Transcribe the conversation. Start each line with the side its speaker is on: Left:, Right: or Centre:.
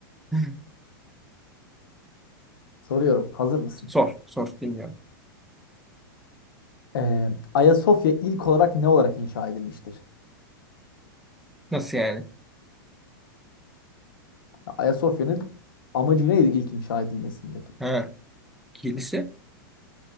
Centre: <laughs>
Left: Soruyorum hazır mısın?
Centre: Sor. Sor. Dinliyorum.
Left: Ee, Ayasofya ilk olarak ne olarak inşa edilmiştir?
Centre: Nasıl yani?
Left: Ya, Ayasofya'nın amacı neydi ilk inşa edilmesindeki?
Centre: Ha. ikilisi.